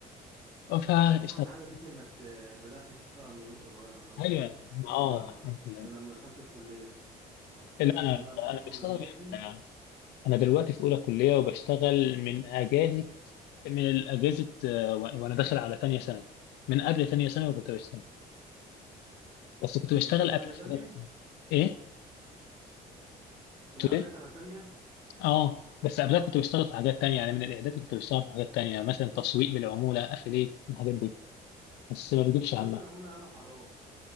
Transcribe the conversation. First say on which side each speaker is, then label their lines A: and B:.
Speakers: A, on the left; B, on the right.
A: اه فاشتغل
B: بصراحة أحلى حاجة فيك إنك آه، بدأت تشتغل من وأنت صغير أنا ما
A: ايوه
B: فكرتش كده
A: اه
B: غير لما
A: الحمد لله
B: غير لما دخلت الكلية ما فكرتش
A: لا انا
B: إن أنا أبدأ
A: انا
B: شغل
A: بشتغل
B: ريموتلي
A: من انا دلوقتي في اولى كليه وبشتغل من اجازه من الاجازه آه، و- وانا داخل على تانية ثانوي من قبل تانية ثانوي كنت بشتغل بس كنت بشتغل
B: من قبل سنة
A: قبل في
B: تانية
A: حاجات ايه
B: من
A: تولي
B: قبل سنة تانية
A: اه بس قبلها كنت بشتغل في حاجات تانية يعني من الاعداد كنت بشتغل في حاجات تانية مثلا تسويق بالعمولة افيليت الحاجات دي بس ما بجيبش
B: تسويق
A: همها
B: بالعمولة قالوا حرام